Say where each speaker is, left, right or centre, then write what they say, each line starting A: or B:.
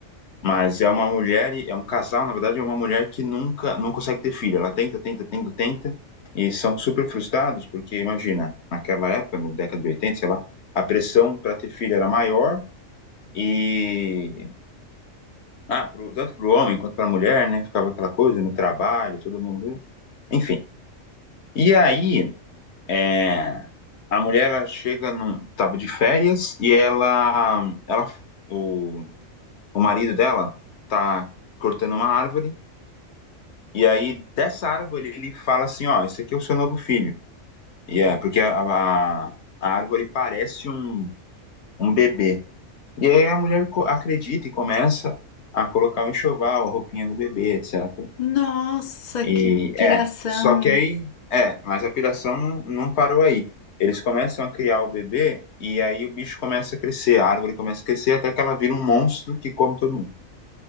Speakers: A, on the left; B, on the left.
A: Mas é uma mulher, e- é um casal, na verdade, é uma mulher que nunca, não consegue ter filho. Ela tenta, tenta, tenta, tenta, e são super frustrados, porque imagina, naquela época, na década de oitenta sei lá, a pressão para ter filho era maior, e. Ah, pro, tanto para o homem quanto para a mulher, né? Ficava aquela coisa no trabalho, todo mundo. né? Enfim. E aí, é, a mulher ela chega, num, tava de férias, e ela, ela o, o marido dela tá cortando uma árvore E aí, dessa árvore, ele fala assim: Ó, esse aqui é o seu novo filho. E é, porque a, a, a árvore parece um, um bebê. E aí a mulher co- acredita e começa a colocar o enxoval, a roupinha do bebê, etc.
B: Nossa,
A: E
B: que piração.
A: é, só que aí, é, mas a piração não, não parou aí. Eles começam a criar o bebê e aí o bicho começa a crescer, a árvore começa a crescer até que ela vira um monstro que come todo mundo.